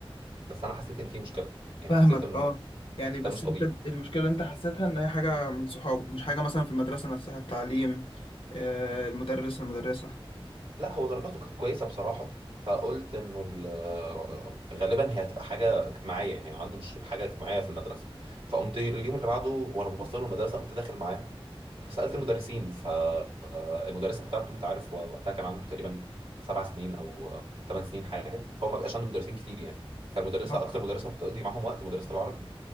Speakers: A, on the right; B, on the left.
A: بس انا حسيت ان في مشكله يعني
B: فاهمك
A: حسيت انه
B: اه يعني بس
A: ده مش طبيعي
B: انت المشكله اللي انت حسيتها ان هي حاجه من صحابه مش حاجه مثلا في المدرسه نفسها التعليم آه، المدرس المدرسه
A: لا هو درجاته كانت كويسه بصراحه فقلت انه ال- آه، غالبا هي هتبقى حاجه اجتماعيه يعني عنده مش حاجه اجتماعيه في المدرسه فقمت اليوم اللي بعده وانا بوصله المدرسه قمت داخل معاه فسالت المدرسين فالمدرسه بتاعته انت عارف هو وقتها كان عنده تقريبا سبع سنين او ثمان سنين حاجه فهو ما بقاش عنده مدرسين كتير يعني فالمدرسه
B: آه،
A: اكتر مدرسه بتقضي معاهم وقت مدرسه العربي